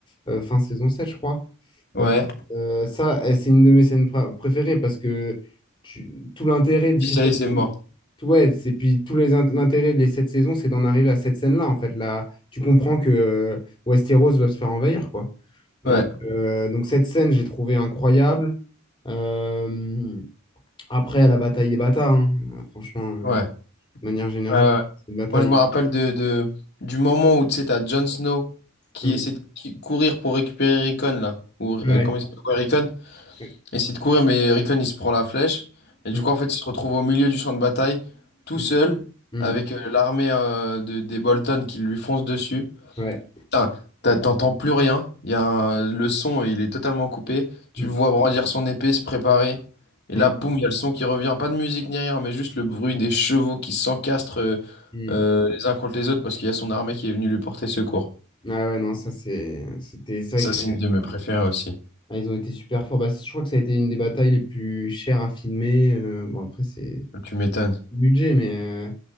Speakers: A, on the left; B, on the left.
A: euh, fin saison 7, je crois.
B: Ouais.
A: Euh, euh, ça, euh, c'est une de mes scènes pr- préférées parce que tu- tout l'intérêt de
B: Dis
A: ces
B: ça
A: sept...
B: y est, c'est mort.
A: ouais, c'est puis tout les int- l'intérêt de les sept saisons, c'est d'en arriver à cette scène-là, en fait. Là, tu comprends que euh, Westeros va se faire envahir, quoi. Ouais.
B: Ouais,
A: Euh, donc cette scène, j'ai trouvé incroyable. Euh, Après, la bataille des bâtards, hein. Euh, Franchement, euh,
B: ouais,
A: de manière générale,
B: ouais, ouais.
A: c'est une bataille.
B: Moi, je me rappelle de, de- du moment où tu sais, t'as Jon Snow qui
A: Mm.
B: essaie de qui- courir pour récupérer Rickon, là. Ou,
A: Ouais.
B: euh, comment il s'appelle? Ouais, Rickon?
A: Ouais.
B: essaie de courir, mais Rickon, il se prend la flèche. Et du
A: Mm,
B: coup, en fait, il se retrouve au milieu du champ de bataille, tout
A: mm,
B: seul,
A: mm.
B: avec euh, l'armée euh, de- des Bolton qui lui fonce dessus.
A: Ouais.
B: Putain, t'as- t'entends plus rien. Il y a un- le son, il est totalement coupé. Tu
A: Mm.
B: le vois brandir son épée, se préparer. Et
A: Ouais.
B: là, boum, il y a le son qui revient. Pas de musique ni rien, mais juste le bruit des chevaux qui s'encastrent euh,
A: Mm.
B: euh, les uns contre les autres parce qu'il y a son armée qui est venue lui porter secours.
A: Ah ouais, non, ça c'est c'était ça
B: Ça,
A: que
B: c'est une de mes préférées aussi.
A: ah, ils ont été super forts. Bah, je crois que ça a été une des batailles les plus chères à filmer. Euh, bon, après, c'est
B: Tu m'étonnes.
A: le budget, mais, euh,